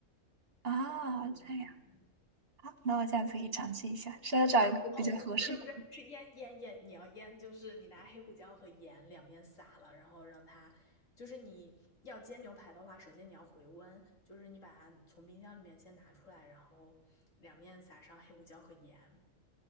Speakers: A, on the right (about 50°); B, on the left (about 80°).
A: 啊，
B: 嗯，
A: 这样，好，那我下次可以尝试一下，是要找一个比较合适的度。
B: 哦哦，不是不是，是腌腌腌，你要腌就是你拿黑胡椒和盐两面撒了，然后让它，就是你要煎牛排的话，首先你要回温，就是你把它从冰箱里面先拿出来，然后两面撒上黑胡椒和盐，